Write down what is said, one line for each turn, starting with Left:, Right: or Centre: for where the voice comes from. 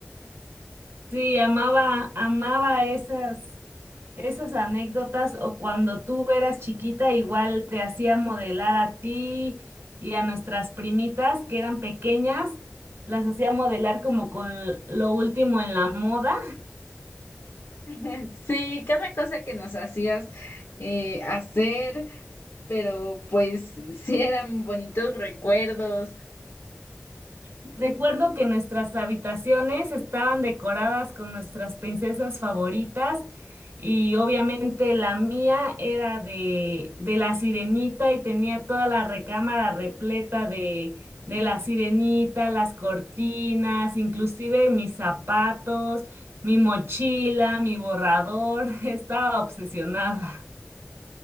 Right: Sí, amaba, amaba esas, esas anécdotas o cuando tú eras chiquita igual te hacía modelar a ti y a nuestras primitas que eran pequeñas, las hacía modelar como con lo último en la moda.
Left: <laughs> Sí, cada cosa que nos hacías eh, hacer, pero pues sí eran bonitos recuerdos.
Right: Recuerdo que nuestras habitaciones estaban decoradas con nuestras princesas favoritas y obviamente la mía era de, de la sirenita y tenía toda la recámara repleta de, de la sirenita, las cortinas, inclusive mis zapatos, mi mochila, mi borrador. <laughs> Estaba obsesionada.